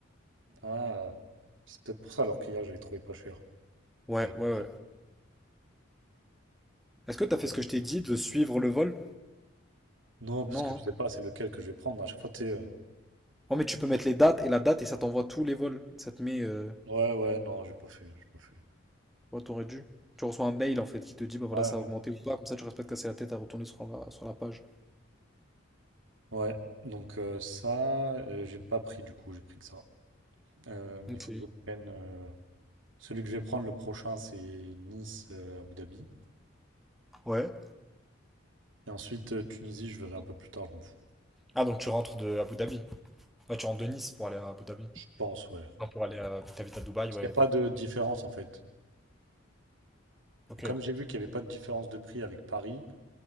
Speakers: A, on the right; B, in the centre.
A: Ah, c'est peut-être pour ça alors qu'hier j'avais trouvé pas cher.
B: Ouais,
A: Mais j'ai pas
B: ouais,
A: pris.
B: ouais. Est-ce que t'as
A: Ouais.
B: fait ce que je t'ai dit de suivre le vol?
A: Non, parce
B: Non.
A: que je sais
B: hein.
A: pas c'est lequel que je vais prendre. À chaque fois, tu sais, euh,
B: Oh mais tu peux mettre les dates et la date et ça t'envoie tous les vols. Ça te met... Euh...
A: Ouais, ouais, non, j'ai pas fait, j'ai pas fait.
B: Ouais, t'aurais dû. Tu reçois un mail en fait qui te dit bah voilà
A: Ouais,
B: ça a
A: ouais.
B: augmenté ou pas, comme ça tu restes pas de casser la tête à retourner sur la, sur la page.
A: Ouais, donc euh, ça, euh, j'ai pas pris du coup, j'ai pris que ça. Euh, mais
B: Ok.
A: il faut que je prenne. euh, Celui que je vais prendre le prochain, c'est Nice, euh, Abu Dhabi.
B: Ouais.
A: Et ensuite, euh, Tunisie, je verrai un peu plus tard, je m'en fous.
B: Ah donc tu rentres de Abu Dhabi. Ouais, tu rentres de Nice pour aller à Abu Dhabi.
A: Je pense, ouais.
B: Non, pour aller à... T'habites à Dubaï,
A: Parce
B: ouais.
A: qu'il n'y a pas de différence en fait.
B: Ok.
A: Et comme j'ai vu qu'il n'y avait pas de différence de prix avec Paris,